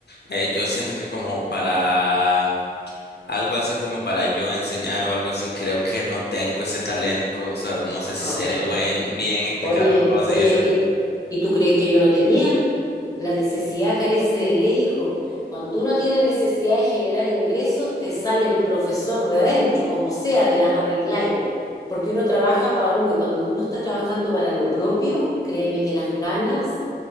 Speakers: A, on the left (about 80°); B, on the left (about 20°).
A: eh, yo siento que como para algo así como para yo enseñar o algo así, creo que no tengo ese talento, o sea, no sé si
B: Ay,
A: seré buen,
B: ¿tú crees que-
A: bien explicando
B: Oye,
A: cosas
B: oye,
A: y eso.
B: ¿y, y tú crees que yo lo tenía? La necesidad carece de ley, hijo. Cuando uno tiene necesidad de generar ingresos, te sale el profesor de adentro, como sea, te las arregláis. Porque uno trabaja para uno y cuando uno está trabajando para lo propio, créeme que las ganas